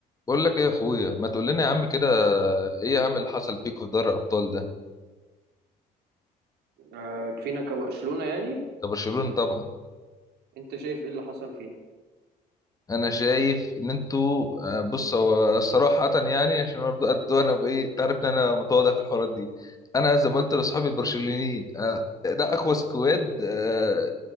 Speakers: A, on the left (about 20°); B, on the right (about 75°).
A: بقول لك ايه يا اخويا ما تقول لنا يا عم كده ايه يا عم اللي حصل فيكوا في دوري الابطال ده
B: آه، كفينا كبرشلونة يعني
A: كبرشلونه طبعا
B: انت شايف ايه اللي حصل فينا
A: انا شايف ان انتوا آه، بص هو صراحه يعني عشان برضه قد انا بايه تعرف ان انا متواضع في الحوارات دي انا زي ما قلت لاصحابي البرشلونيين آه، ده اقوى سكواد آه،